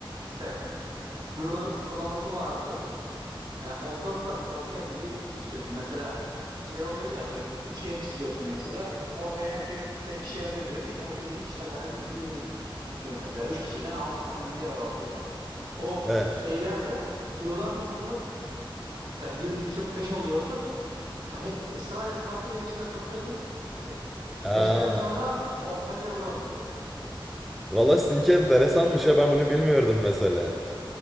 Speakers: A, on the right; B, in the centre.
A: mesela kuyuların sıralaması vardı. E, ortada da bir ortaya birliği dikiyordun. Mesela şey oluyordu ya böyle üçgen çiziyorsun mesela. Ortaya herkes mesela ikişerli diyor. Herkes ikişer tane bir- birliği di- dikiyor mesela. Üç kişiden altı tane birliği var ortada. O
B: He.
A: şeylerde kuyularda sanırım mesela bir 2 3 4 5 oluyordu. O He- Sıraya sırasıyla hepsine sokuyordun. E,
B: Aa,
A: Beşten sonra ortadakileri vurabiliyordun.
B: valla sizinki enteresanmış ya ben bunu bilmiyordum mesela.